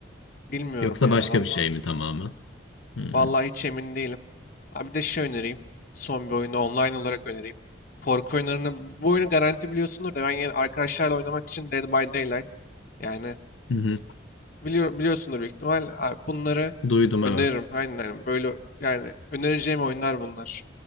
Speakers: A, on the left; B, on the left.
A: Bilmiyorum
B: Yoksa
A: ya
B: başka
A: valla.
B: bir şey mi tamamen? Hı hı.
A: Valla hiç emin değilim. Ha bir de şey önereyim. Son bir oyunu online olarak önereyim. Korku oyunlarını, bu oyunu garanti biliyorsundur da ben yine arkadaşlarla oynamak için Dead by Daylight. Yani
B: Hı hı.
A: biliyor, biliyorsundur büyük ihtimal. Abi bunları
B: Duydum
A: öneririm.
B: evet.
A: Aynen, aynen. böyle yani önereceğim oyunlar bunlar.